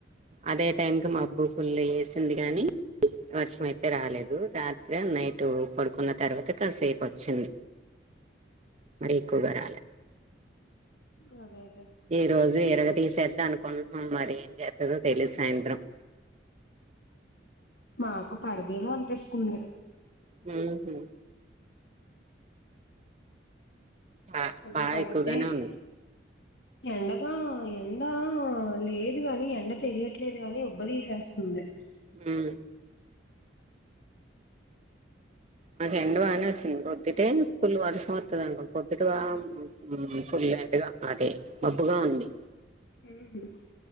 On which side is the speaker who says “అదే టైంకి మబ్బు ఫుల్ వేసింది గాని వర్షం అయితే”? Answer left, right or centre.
Right